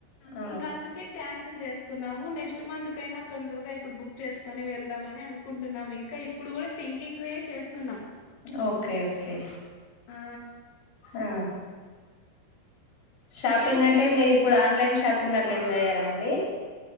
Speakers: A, on the left; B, on the left.
A: ఆ
B: ఇంక అందుకే క్యాన్ ల్ చేసుకున్నాము నెక్స్ట్ మంత్ కైనా తొందరగా ఇప్పుడు బుక్ చేసుకుని వెళ్దామని అనుకుంటున్నాం ఇంకా ఇప్పుడు కూడా థింకింగ్ వే చేస్తున్నాం
A: ఓకే ఓకే
B: ఆ
A: ఆ షాపింగ్
B: మీరు
A: అంటే
B: ఎక్
A: మీరు ఇప్పుడు ఆన్లైన్ షాపింగ్ అట్లా ఏం జేయ్యారా అండి